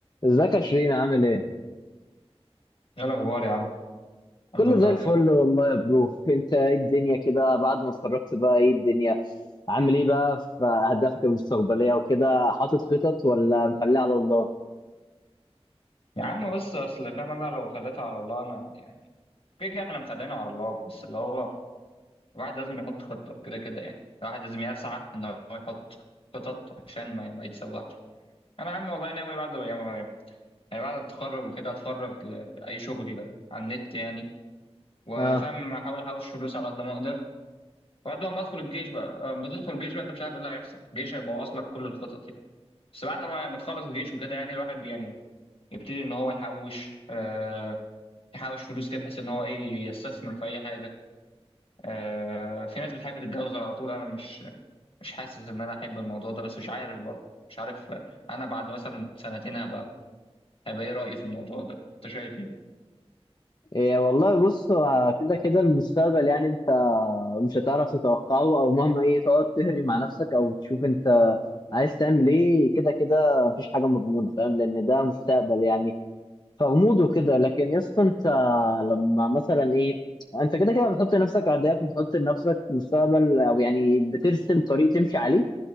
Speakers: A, on the left; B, on the left.
A: ازيك يا شيرين عامل ايه؟
B: ايه الاخبار يا عم
A: كله
B: الحمد لله
A: زي الفل والله يا برو انت ايه الدنيا كده بعد ما اتخرجت بقى ايه الدنيا عامل ايه بقى في اهدافك المستقبلية وكده حاطط خطط ولا مخليها على الله؟
B: يا عم بس اصل فاهم انا لو خليتها على الله انا يعني كده كده احنا مخلينا على الله بس اللي هو الواحد لازم يحط خطه كده كده يعني الواحد لازم يسعى ان هو يحط خطط عشان ما ما يتسوحش انا يا عم والله ناوي بعد يعني يعني بعد التخرج وكده اتفرغ لاي شغل على النت يعني وفاهم
A: اه
B: احاول احوش فلوس على قد ما اقدر وبعد ما ادخل الجيش بقى ما تدخل الجيش بقى انت مش عارف ايه اللي هيحصل الجيش هيبوظ لك كل الخطط يعني بس بعد ما ما تخلص الجيش وكده يعني الواحد يعني يبتدي ان هو يحوش آه، يحوش فلوس كده بحيث ان هو ايه يستثمر في اي حاجه آه، في ناس بتحب تتجوز على طول انا مش مش حاسس ان انا احب الموضوع ده بس مش عارف برضه مش عارف آه، انا بعد مثلا سنتين هبقى هبقى ايه رايي في الموضوع ده انت شايف ايه
A: إيه والله بص هو كده كده المستقبل يعني انت مش هتعرف تتوقعه او مهما ايه تقعد تهري مع نفسك او تشوف انت عايز تعمل ايه كده كده مفيش حاجة مضمونة فاهم لان ده مستقبل يعني فغموض وكده لكن يا اسطى انت لما مثلا ايه انت كده كده بتحط لنفسك اهداف وبتحط لنفسك مستقبل او يعني بترسم طريق تمشي عليه